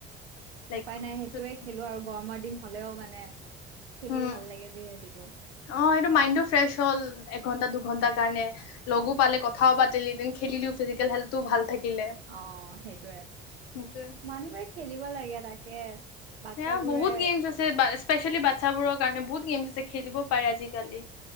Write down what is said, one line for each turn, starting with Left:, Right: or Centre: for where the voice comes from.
Left: লাইক
Right: উপায় নাই সেইটোৱে
Left: যদি
Right: খেলো আৰু গৰমৰ দিন হলেও মানে, খেলি
Left: উম
Right: ভাল লাগে যিহেতু।
Left: অ এইটো মাইণ্ডটো ফ্ৰেছ হ'ল এঘন্টা দুঘন্টা কাৰণে লগো পালে ক কথাও পাতিলি খেলিলি ফিজিকেল হেলথ তো ভাল থাকিলে।
Right: অ সেইটোয়ে
Left: সেইটোৱে
Right: মানুহবোৰে খেলিব লাগে তাকে। বাচ্ছাবোৰে
Left: সেয়া বহুত গেমছ স্পেচিয়েলি বাচ্ছাবোৰৰ কাৰণে বহুত গেমছ আছে খেলিব পাৰে আজিকালি।